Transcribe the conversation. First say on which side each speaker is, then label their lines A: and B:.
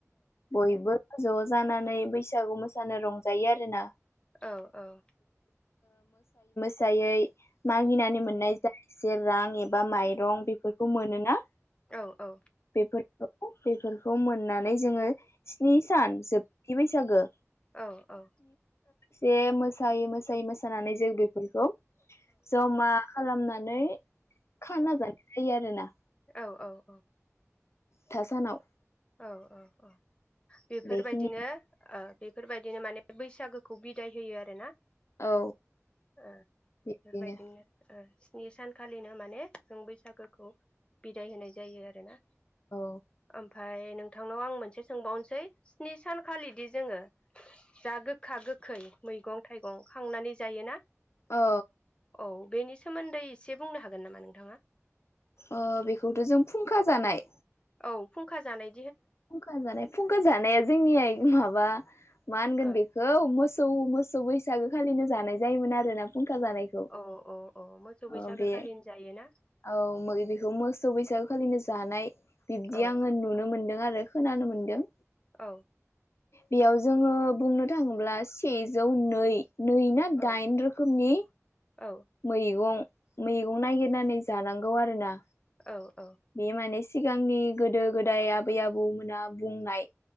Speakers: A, on the left; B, on the left.
A: बयबो ज' जानानै बैसागु मोसानो रंजायो आरोना
B: औ औ
A: सायै मागिनानै मोननाय जायो। से रां एबा माइरं बेफोरखौ मोनोना
B: औ औ
A: बेफोरखौ बेफोरखौ मोननानै जोङो स्नि सान जोब बि बैसागो
B: औ औ
A: जे मोसायै मोसायै मोसानानै जों बेफोरखौ जमा खालामनानै खाना जानो थायो आरो ना
B: औ औ औ
A: थासानाव
B: औ औ बेफोरबायदिनो
A: बेखिनि
B: बेफोरबायदिनो माने बैसागोखौ बिदाय होयो आरोना
A: औ
B: बेफोरबायदिनो
A: बिदिनो
B: नि सानखालिनो माने जों बैसागोखौ बिदाय होनाय जायो आरोना।
A: औ
B: ओम ओमफ्राय नोंथांनाव आं मोनसे सोंबावनोसै स्नि सानखालिदि जोङो जा गोखा गोखै मैगं थाइगं खांनानै जायोना।
A: औ
B: औ बेनिसा सोमोन्दै एसे बुंनो हागोन नामा नोंथाङा?
A: अ बेखौथ' जों फुंखा जानाय
B: औ फुंखा जानाय
A: फुंखा जानाय फुंखा जानाया जोंनिया माबा मा होनगोन
B: ओ
A: बेखौ मोस खौ मोसौ बैसागो खालिनो जानाय जायोमोन आरोना फुंखा जानायखौ
B: औ औ औ मोसौ बैसागो
A: औ बे
B: खालिनो जायोना
A: औ मै बेखौ मोसौ बैसागो खालिनो जानाय बिब्दि
B: औ
A: आङो नुनो मोन दों आरो खोनानो मोनदों।
B: औ।
A: बेयाव जोङो बुंनो थाङोब्ला सेजौ नै नै ना
B: औ
A: दाइन रोखोमनि
B: औ
A: मैगं मैगं नागिरनानै जानांगौ आरो ना।
B: औ।
A: बे मानि सिगांनि गोदो गोदाय आबै आबौमोना बुंनाय